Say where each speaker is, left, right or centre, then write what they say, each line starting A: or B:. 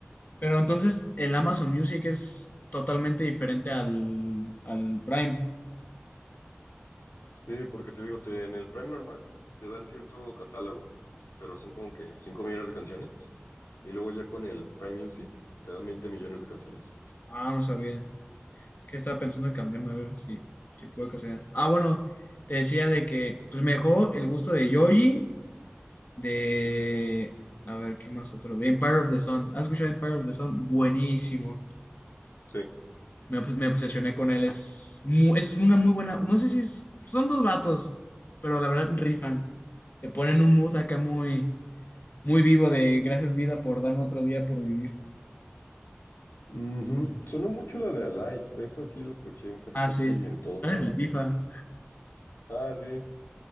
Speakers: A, on the left; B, on the left.
A: Pero entonces, el Amazon Music es totalmente diferente al, al Prime.
B: Sí, porque te digo, te- en el Prime normal te dan cierto catálogo, pero son como que 5 millones de canciones. Y luego ya con el Prime Music te dan 20 millones de canciones.
A: Ah, no sabía. Es que estaba pensando en cambiarme, a ver si, si puedo casar. Ah, bueno, te decía de que, pues, mejor el gusto de Yoyi De. A ver, ¿qué más otro? De Empire of the Sun. ¿Has escuchado Empire of the Sun? Buenísimo.
B: Sí.
A: Me, obs- me obsesioné con él. Es, mu- es una muy buena. No sé si es- son dos vatos, pero la verdad rifan. Le ponen un mood acá muy, muy vivo de gracias vida por darme otro día por vivir.
B: Ujú. Sonó mucho la de Alive, esa sí la escuché en casi
A: Ah,
B: casi
A: sí.
B: en todos
A: Están
B: lados.
A: en el FIFA.
B: Ah, sí,